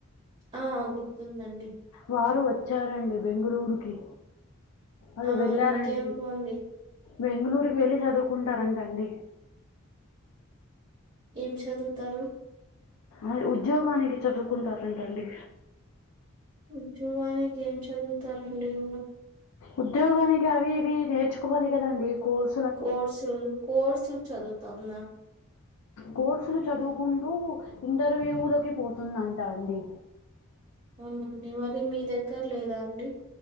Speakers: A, on the right (about 35°); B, on the left (about 85°).
A: ఆ గుర్తుందండి
B: వారు వచ్చారండి బెంగుళూరుకి అదే
A: ఆ
B: వెళ్ళారండి
A: ఇంకేం పోండి
B: బెంగళూర్కి వెళ్ళి చదువుకుంటారంటండీ
A: ఏం చదువుతారు
B: అ ఉద్యోగానికి చదువుకుంటారంటండి
A: ఉద్యోగానికి ఏం చదువుతారండి ఉన్
B: ఉద్యోగానికి అది ఇది నేర్చుకోవాలి కదండి కోర్స్
A: కోర్సు కోర్సు చదువుతాందా
B: కోర్సులు చదువుకుంటూ ఇంటర్వ్యూలకి పోతుందంటాండి
A: అవునండి మరి మీ దగ్గర లేదాండి